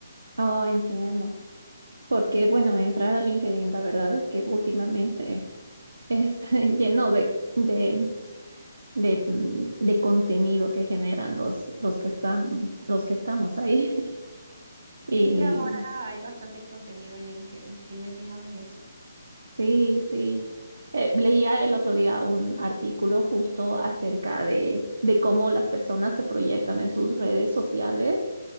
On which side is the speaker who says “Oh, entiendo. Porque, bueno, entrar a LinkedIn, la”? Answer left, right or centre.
Right